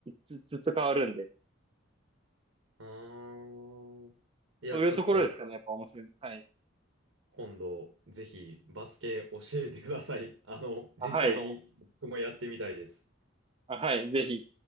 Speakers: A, on the right; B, on the right.
A: ずつずつ変わるんで、
B: ああ。いや、
A: そういうところですかね、
B: ちょっと
A: やっぱ面白いの。はい。
B: 今度ぜひバスケ教えてください。あの、
A: あ、
B: 実際に僕もやってみたいです。
A: はい。あ、はい。ぜひ、